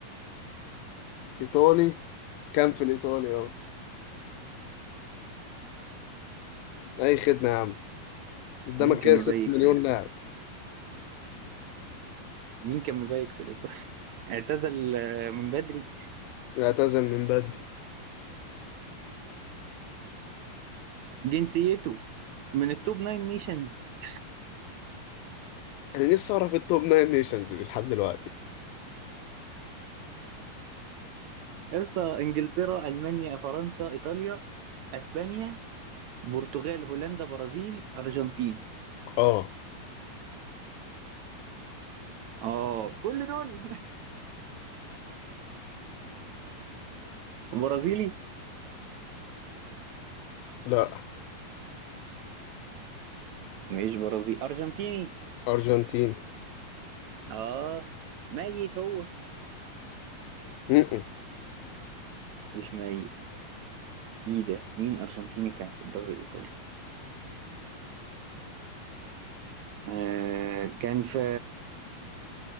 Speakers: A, on the left; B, on the right.
A: ايطالي كان في الايطالي اه اي خدمة يا عم قدامك
B: مين كان
A: كده
B: مبيك
A: 6 مليون
B: في الايطالي
A: لاعب
B: مين كان مبيك في الايطالي اعتزل آه، من بدري
A: اعتزل من بدري
B: جنسيته من التوب ناين نيشنز
A: انا نفسي اعرف التوب ناين نيشنز دي لحد دلوقتي
B: اقصى انجلترا المانيا فرنسا ايطاليا اسبانيا برتغال هولندا برازيل ارجنتين
A: اه
B: اه كل دول <laughs> برازيلي
A: لا
B: مش برازيلي ارجنتيني
A: ارجنتيني
B: اه ميت هو
A: م-م.
B: مش ميت ايه ده مين ارجنتيني كان في الدوري الايطالي آه كان في